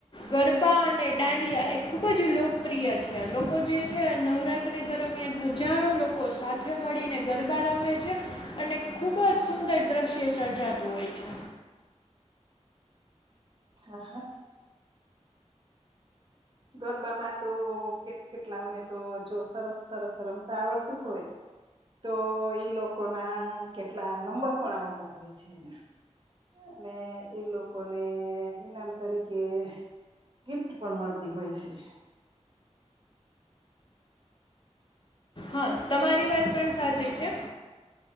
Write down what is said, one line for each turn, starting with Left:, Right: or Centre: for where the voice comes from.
Left: ગરબા અને દાંડિયા એ ખૂબ જ લોકપ્રિય છે લોકો જે છે નવરાત્રી દરમિયાન હજારો લોકો સાથે મળીને ગરબા રમે છે અને ખુબ જ સુંદર દ્રશ્ય સર્જાતું હોય છે
Right: હા હા ગરબામાં તો કેટ કેટલાઓને તો જો સરસ સરસ રમતા આવડતું હોય તો ઈ લોકોના કેટલા નંબર પણ આવતા હોય છે એના અને એ લોકોને ઈનામ તરીકે ગિફ્ટ પણ મળતા હોય છે
Left: હા તમારી વાત પણ સાચી છે